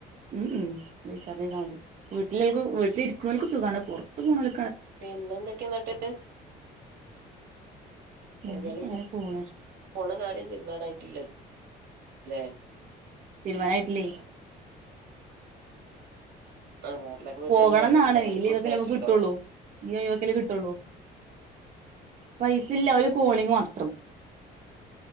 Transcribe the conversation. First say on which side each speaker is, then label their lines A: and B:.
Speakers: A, on the right; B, on the right.
A: ഉം ഉം റീചാർജ് ചെയ്താ മതി വീട്ടിളോൽക്ക് വീട്ടിലിരിക്ണോൽക്ക് സുഖാണ് പൊർത്ത് പോണോൽ
B: പിന്നെ ന്തൊക്കെയാ ന്നട്ട്
A: പിന്നെക്കെ
B: ഏതായാലും
A: അങ്ങനെ പോണ്
B: പോണ കാര്യം തീർമാനായിട്ടില്ലലെ
A: തിരുമാനായിട്ടില്ലെ
B: ആഹ് ന്നട്ട് വീട്ടില്ലോല്
A: പോകണന്നാണ്
B: മൊബൈല്ക്ക്
A: ഈ ലീവൊക്കല്ലെ
B: ബിസി ആയിട്ട്ണ്ടോ
A: മ്മക്ക് കിട്ടൊള്ളൂ ഈ ഒഴിവൊക്കല്ലേ കിട്ടൊള്ളൂ പൈസേല്ല ഒരു കോളിങ് മാത്രം